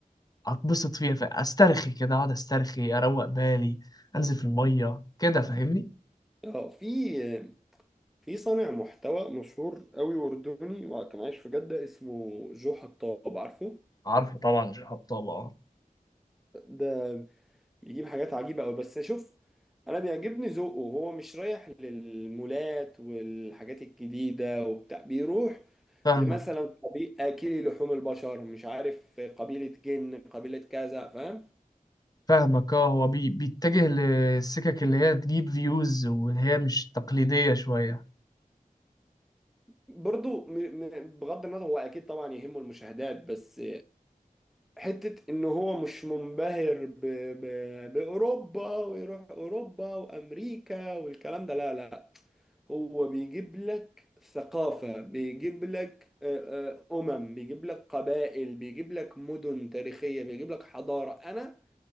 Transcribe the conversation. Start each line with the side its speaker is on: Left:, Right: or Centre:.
Left: اتبسط فيها فاسترخي كده اقعد استرخي اروق بالي انزل في الميه كده فاهمني
Centre: اه في في صانع محتوى مشهور قوي أردني وكان عايش في جدة اسمه جو حطاب عارفه
Left: عارفه طبعا شهاب طبعا
Centre: ده بيجيب حاجات عجيبة قوي بس شوف أنا بيعجبني ذوقه هو مش رايح للمولات والحاجات الجديدة وبتاع بيروح
Left: فاهمك
Centre: لمثلا قبيل اكلي لحوم البشر مش عارف قبيله جن قبيله كذا فاهم
Left: فاهمك اه هو بي بيتجه للسكك اللي هي تجيب فيوز واللي هي مش تقليدية شوية
Centre: برضو م- م- بغض النظر هو اكيد طبعا يهمه المشاهدات بس حته ان هو مش منبهر ب... ب... باوروبا ويروح اوروبا وامريكا والكلام ده لا لا هو بيجيب لك ثقافه بيجيب لك آه، آه، امم بيجيب لك قبائل بيجيب لك مدن تاريخيه بيجيب لك حضاره انا